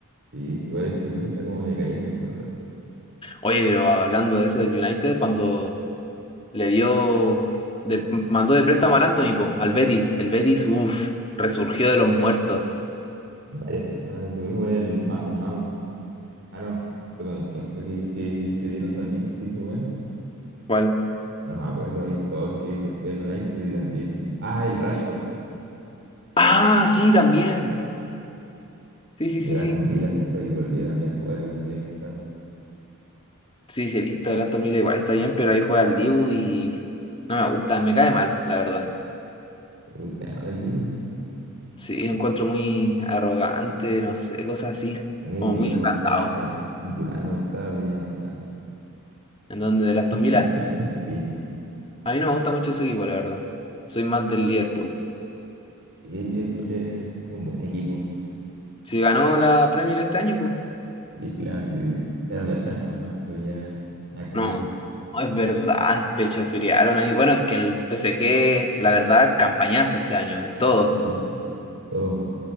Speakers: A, on the right; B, on the left.
A: Sí, es igual es que ese equipo está como decayendo hace rato.
B: Oye, pero hablando de eso del United, cuando le dio, de- mandó de préstamo al Anthony, po, al Betis. El Betis, uff, resurgió de los muertos.
A: Varias personas, lo mismo con el Mason Mount. Ah, no, fue con quién fue que, que se dieron también que se hizo bueno.
B: ¿Cuál?
A: No me acuerdo, había un jugador que se fue del United y también. Ah, el Rashford,
B: Ah, sí, también. Sí, sí,
A: del
B: sí, sí.
A: Aston Villa se fue y volvió también a jugar al nivel que estaba.
B: Sí, sí, he visto el Aston Villa igual está bien, pero ahí juega el Diu y no me gusta, me cae mal, la verdad.
A: Uy, que además el Dibu.
B: Sí, lo encuentro muy arrogante, no sé, cosas así,
A: A mí ese
B: como
A: equipo
B: muy
A: me
B: agrandado.
A: gustaba, ya. Durán me gustaba, pero ya no está.
B: En donde el Aston Villa,
A: <coughs> <laughs> Sí,
B: a mí no me gusta mucho ese equipo, la verdad. Soy más del Liverpool.
A: y el Liverpool es un buen equipo.
B: Si ganó la Premier este año, pues.
A: Y el problema es que se echaron la Champions, nomás, pero ya nada que
B: No,
A: hacerle.
B: no, es verdad, Pecho pechofiriaron ahí. Bueno, es que el PSG, la verdad, campañazo este año en todo.
A: Sí. Oh,